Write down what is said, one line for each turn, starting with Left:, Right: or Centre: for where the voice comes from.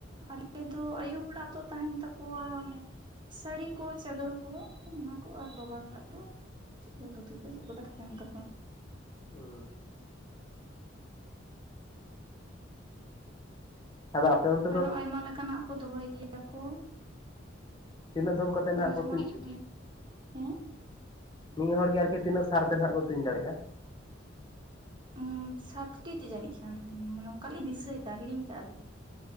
Right: ᱟᱞᱮ ᱫᱚ ᱟᱭᱩ ᱦᱚᱲᱟᱜ ᱫᱚ ᱛᱟᱦᱮᱱ ᱛᱟᱠᱚ᱾ ᱠᱚᱣᱟ ᱚᱱᱮ ᱥᱟᱹᱲᱤ ᱠᱚ ᱪᱟᱫᱚᱨ ᱠᱚ ᱚᱱᱟ ᱠᱚ ᱟᱨ ᱵᱟᱵᱟ ᱦᱚᱲᱟᱜ ᱫᱚ ᱪᱮᱫ ᱠᱚ ᱞᱩᱫ ᱠᱚ ᱪᱮᱫ ᱠᱚ ᱠᱟᱛᱮ ᱛᱟᱦᱮᱱ ᱛᱟᱠᱚᱣᱟ᱾
Left: ᱦᱩᱸ ᱟᱫᱚ ᱟᱯᱮ ᱚᱱᱼᱼ
Right: ᱟᱨ ᱟᱭᱢᱟ ᱞᱮᱠᱟᱱᱟᱜ ᱠᱚ ᱫᱚᱦᱚᱭ ᱜᱮᱭᱟ ᱠᱚ᱾
Left: ᱛᱤᱱᱟᱹᱜ ᱫᱷᱚᱢ ᱠᱟᱛᱮ ᱱᱟᱜ ᱠᱚ
Right: ᱡᱮᱢᱚᱱ
Left: ᱛᱩᱡ ᱦᱚᱪᱚ
Right: ᱢᱟᱱᱮ
Left: ᱠᱚᱣᱟ᱾
Right: ᱦᱮᱸ
Left: ᱢᱤᱫ ᱦᱚᱲ ᱜᱮ ᱟᱨᱠᱤ ᱛᱤᱱᱟᱹᱜ ᱥᱟᱨᱛᱮ ᱱᱟᱦᱟᱜ ᱠᱚ ᱛᱩᱧ ᱫᱟᱲᱮᱜᱼᱟ᱾
Right: ᱩᱸ ᱥᱟᱛᱴᱤ ᱛᱮ ᱡᱟᱱᱤᱡ ᱠᱷᱟᱱ ᱚᱱᱠᱟᱞᱤᱧ ᱫᱤᱥᱟᱹᱭᱮᱫᱟ ᱦᱤᱲᱤᱧ ᱠᱟᱜᱼᱟ ᱞᱤᱧ᱾